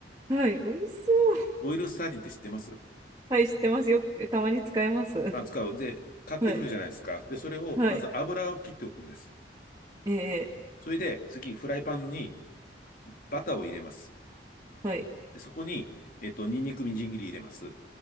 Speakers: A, on the right (about 20°); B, on the left (about 50°).
A: はい、美味しそう。
B: オイルサーディンって知ってます
A: はい、知ってます。よたまに使えます。<laughs> は
B: あ、使う。で、買ってくるじゃないですか。
A: い、
B: で、それをまず油を切っておくんです。
A: はい。ええ
B: それで次フライパンにバターを入れます。
A: はい、
B: で、そこに、えっと、ニンニクみじん切り入れます。